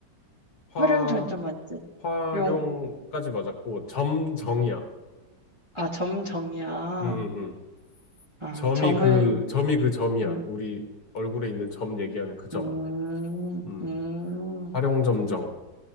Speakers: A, on the left (about 55°); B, on the right (about 15°).
A: 화,
B: 활용 정점 맞지?
A: 화룡까지
B: 용,
A: 맞았고, 점정이야.
B: 아, 점 정이야.
A: 응, 응, 응.
B: 아,
A: 점이
B: 점을,
A: 그, 점이 그 점이야.
B: 음,
A: 우리 얼굴에 있는 점 얘기하는 그 점.
B: 음,
A: 응.
B: 음.
A: 화룡점정.